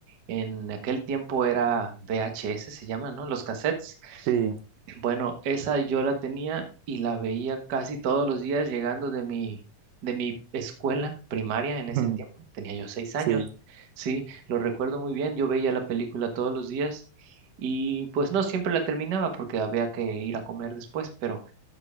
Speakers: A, on the right (about 60°); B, on the right (about 75°).
A: En aquel tiempo era VHS, se llama, ¿no? Los cassettes.
B: Sí,
A: Bueno, esa yo la tenía y la veía casi todos los días llegando de mi, de mi escuela primaria en
B: <laughs>
A: ese tiempo. Tenía yo seis años,
B: sí.
A: sí, lo recuerdo muy bien. Yo veía la película todos los días y pues no siempre la terminaba porque había que ir a comer después, pero